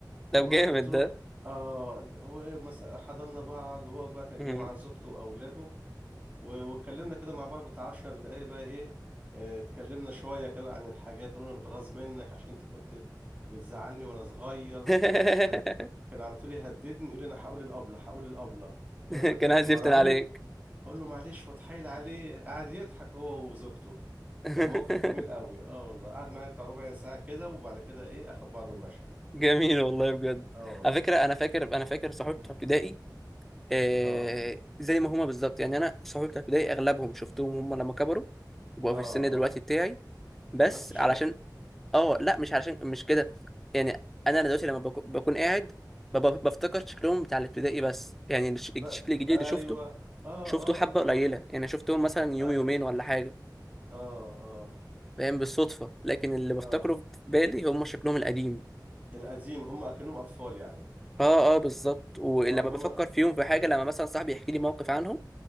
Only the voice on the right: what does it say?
وقلت
له
اه هو إيه مثلا حضننا بعض وهو بقى كان
جاي مع زوجته واولاده و- واتكلمنا كده مع بعض بتاع 10 دقايق بقى ايه آه، اتكلمنا شوية كده عن الحاجات اللي انا متغاظ منك عشان انت كنت بتزعلني وانا صغير وكنت
بتها... كان على طول يهددني يقول لي انا هقول الابلة هقول الابلة وانا
كنت
ابقى
مرعوب
اقول له معلش واتحايل عليه قعد يضحك هو وزوجته
كان موقف جميل قوي اه والله قعد معايا بتاع ربع ساعة كده وبعد كده ايه اخد بعضه ومشى
اه والله
أمم.
اه
اه
اه
آه، نفس الشكل
اه
ب...
ايوه
اه
اه
اه
ايوه
اه اه
اه
القديم هم كأنهم اطفال يعني
اه ماما